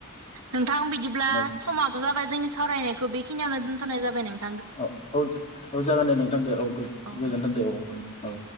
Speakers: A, on the right; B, on the left.
A: नोंथां बिदिब्ला
B: औ
A: समाबो जाबाय जोंनि सावरायनाय बेखिनियावनो दोनथनाय जाबाय नों
B: अ औ औ जागोन दे नोंथां दे, औ गोजोनथों
A: औ नोंथां
B: दे, औ औ